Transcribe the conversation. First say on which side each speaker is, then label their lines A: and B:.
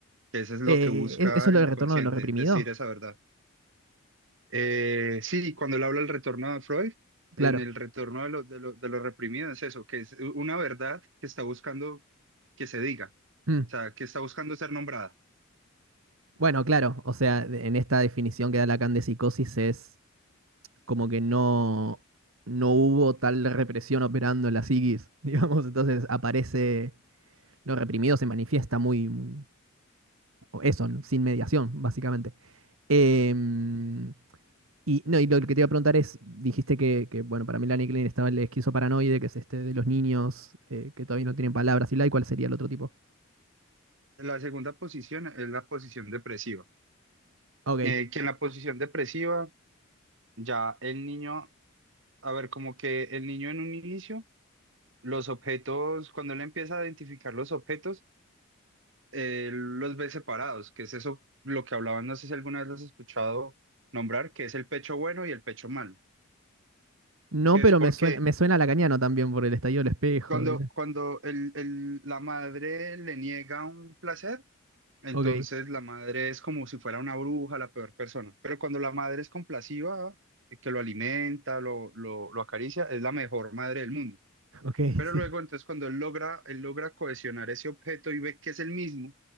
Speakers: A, on the right; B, on the right.
A: que eso es lo
B: Eh,
A: que busca
B: ¿es- ¿eso es lo
A: el
B: del
A: inconsciente,
B: retorno de lo reprimido?
A: decir esa verdad. Eh, sí, cuando él habla del retorno de Freud,
B: Claro.
A: en el retorno de lo, de lo, de lo reprimido es eso, que es una verdad que está buscando que se diga,
B: Mm.
A: o sea, que está buscando ser nombrada.
B: Bueno, claro, o sea, de- en esta definición que da Lacan de psicosis es como que no, no hubo tal represión operando en la psiquis, <laughs> digamos, entonces aparece, lo reprimido se manifiesta muy, muy- eso, ¿no? sin mediación, básicamente. Em, y, no, y lo que te iba a preguntar es, dijiste que, que, bueno, para Melanie Klein estaba el esquizoparanoide, que es este de los niños eh, que todavía no tienen palabras, y la, ¿y cuál sería el otro tipo?
A: La segunda posición es la posición depresiva,
B: Ok,
A: eh, que en la posición depresiva ya el niño, a ver, como que el niño en un inicio, los objetos, cuando él empieza a identificar los objetos, eh, los ve separados, que es eso lo que hablaban, no sé si alguna vez los has escuchado nombrar, que es el pecho bueno y el pecho malo,
B: no,
A: que
B: pero
A: es porque
B: me suena, me suena lacaniano también por el estallido del espejo.
A: cuando,
B: y la-
A: cuando el, el- la madre le niega un placer, entonces
B: Ok.
A: la madre es como si fuera una bruja, la peor persona, pero cuando la madre es compasiva, eh, que lo alimenta, lo, lo, lo acaricia, es la mejor madre del mundo.
B: Ok, <laughs>
A: Pero
B: sí.
A: luego, entonces, cuando él logra, él logra cohesionar ese objeto y ve que es el mismo,